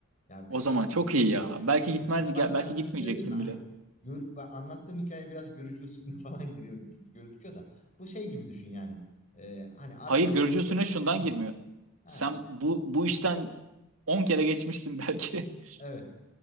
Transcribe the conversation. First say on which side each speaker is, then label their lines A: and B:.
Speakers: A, on the left (about 35°); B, on the right (about 70°).
A: Ya
B: O
A: eşim
B: zaman çok iyi ya. Belki gitmez,
A: eşime bak
B: belki
A: ben bir
B: gitmeyecektin
A: şey söyleyeyim mi? Hani
B: bile.
A: gör, ben anlattığım hikaye biraz görücü usulüne <laughs> falan giriyor gibi gördük ya da. Bu şey gibi düşün yani. Ee, hani arkadaş
B: Hayır görücü
A: ortamında
B: usulüne
A: tanıştığın
B: şundan girmiyor.
A: gibi. Ha,
B: Sen bu bu işten 10 kere geçmişsin belki. <laughs>
A: evet.